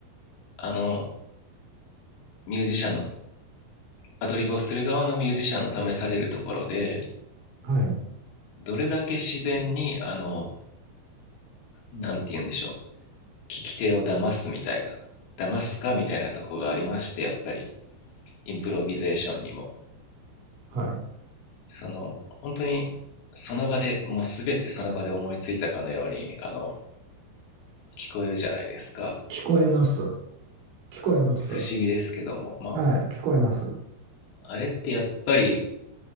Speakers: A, on the left; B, on the right.
A: あのミュージシャンのアドリブをする側のミュージシャンの試されるところで
B: はい、
A: どれだけ自然にあのなんて言うんでしょう聞き手を騙すみたいな騙すかみたいなとこがありましてやっぱりインプロビゼーションにも
B: はい。
A: その本当にその場でもう全てその場で思いついたかのようにあの聞こえるじゃないですか
B: 聞こえます。聞こえます。
A: 不思議ですけどもま
B: はい、聞こえます。
A: ああれってやっぱり